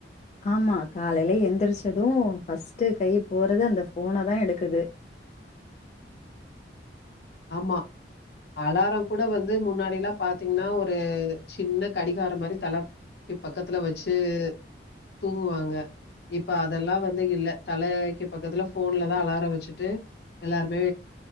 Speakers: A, on the left; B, on the left.
A: ஆம்மா காலைலே எந்திரிச்சதூ ஃர்ஸ்ட்டு கைப்போறது அந்த ஃபோனதா எடுக்குது
B: ஆம்மா அலாரங்கூட வந்து முன்னாடில்லா பாத்தீங்ன்னா ஒரு சின்ன கடிகாரொ மாரி தல க்கிபக்கத்துல வெச்சு தூங்குவாங்க இப்ப அதெல்லா வந்து இல்ல தலக்கி பக்கத்துல ஃபோன்லதா அலார வச்சுட்டு எல்லார்மே